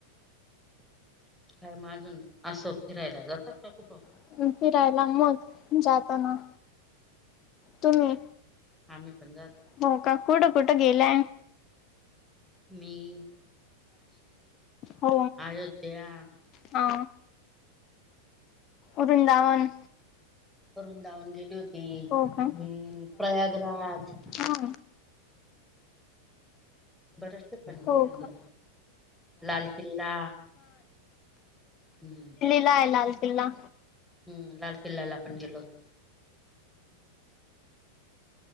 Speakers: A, in the centre; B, on the left.
A: काय म अजून, असो फिरायला जातात का कुठं?
B: <unintelligible> फिरायला मग जाताना तुम्ही,
A: आम्ही पण जातो
B: हो का? कुठं कुठं गेलाय?
A: मी अ
B: हो.
A: अयोध्या
B: हा उरूनदावन
A: वृंदावन गेली होती
B: हो
A: हम्म
B: का?
A: प्रयागराज
B: हा.
A: बरस्ते पण गेले
B: हो
A: होते.
B: का?
A: लाल किल्ला हुं.
B: कुठ हाय लाल किल्ला?
A: हूम्म लाल किल्लाला पण गेलो. <inaudible>